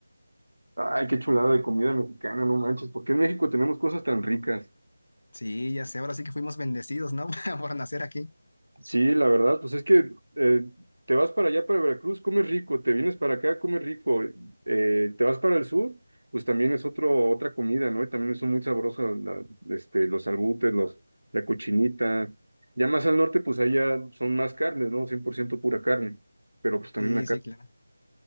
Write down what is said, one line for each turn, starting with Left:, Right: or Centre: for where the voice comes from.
Right: Ay, qué chulada de comida mexicana, no manches, ¿por qué en México tenemos cosas tan ricas?
Left: Sí, ya sé, ahora sí que fuimos bendecidos, ¿no? <laughs> Por nacer aquí.
Right: Sí, la verdad, pues es que eh, te vas para allá, para Veracruz, comes rico, te vienes para acá, comes rico, eh, te vas para el sur, pues también es otro, otra comida, ¿no? Y también son muy sabrosos la- este, los albutes, los, la cochinita. Ya más al norte, pues allá son más carnes, ¿no? cien por ciento pura carne, pero pues también
Left: Sí,
Right: la carne
Left: sí, claro.